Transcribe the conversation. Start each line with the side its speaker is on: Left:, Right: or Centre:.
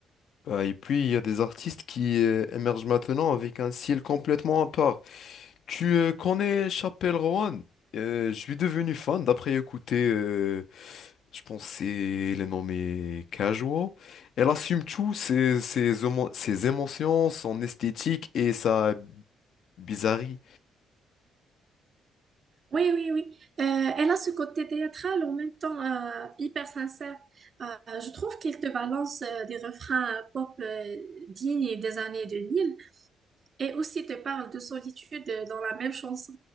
Left: Bah, et puis, il y a des artistes qui euh, émergent maintenant avec un style complètement à part. Tu euh, connais Chappelle Roan? Euh, je suis devenu fan d'après écouter, euh, je pense que c'est le nom mais Casual. Elle assume tout, ses, ses, homo- ses émotions, son esthétique et sa bizarrerie.
Right: Oui, oui, oui. Euh, elle a ce côté théâtral en même temps euh, hyper sincère. Euh, je trouve qu'elle te balance euh, des refrains euh, pop euh, dignes des années 2000 et aussi te parle de solitude euh, dans la même chanson.